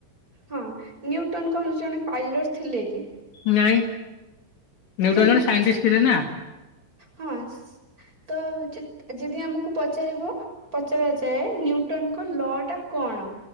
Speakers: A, on the right (about 15°); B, on the left (about 65°).
A: ହଁ ନ୍ୟୁଟନ୍ କଣ ଜଣେ ପାଇଲଟ୍ ଥିଲେ କି?
B: ନାଇଁ,
A: ତ
B: ନ୍ୟୁଟନ୍
A: ଯଦି
B: ଜଣେ ସାଇଣ୍ଟିଷ୍ଟ୍ ଥିଲେ ନା।
A: ହଁ ତ ଯଦି ଆମକୁ ପଚାରିବ ପଚରା ଯାଏ ନ୍ୟୁଟନଙ୍କ ଲ ଟା କଣ?